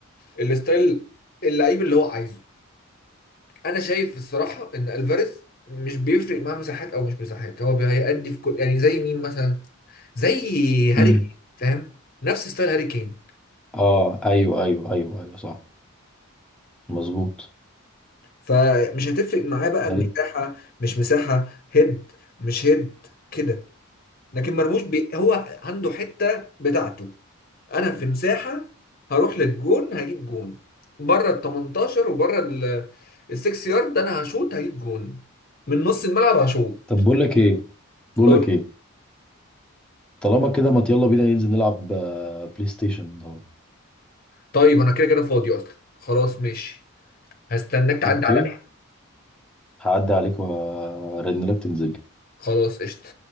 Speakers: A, on the left; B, in the centre.
A: الستايل اللعيب اللي هو عايزه انا شايف الصراحه ان الفاريز مش بيفرق معاه مساحات او مش مساحات هو هيأدي في كل يعني زي مين مثلا زي هاري
B: امم
A: كين فاهم نفس ستايل هاري كين
B: اه ايوه ايوه ايوه ايوه صح مظبوط
A: فمش هتفرق معاه بقى مساحه
B: عليك
A: مش مساحه هيد مش هيد كده لكن مرموش بي... هو عنده حته بتاعته انا في مساحه هروح للجون هجيب جون بره ال 18 وبره ال 6 يارد انا هشوط هجيب جون من نص الملعب هشوط
B: طب بقول لك ايه بقول
A: اقول
B: لك ايه طالما كده ما يلا بينا ننزل نلعب آه، بلاي ستيشن النهارده
A: طيب انا كده كده فاضي اصلا خلاص ماشي هستناك تعدي
B: اوكي
A: عليا
B: هعدي عليك وارن لك تنزل
A: خلاص قشطه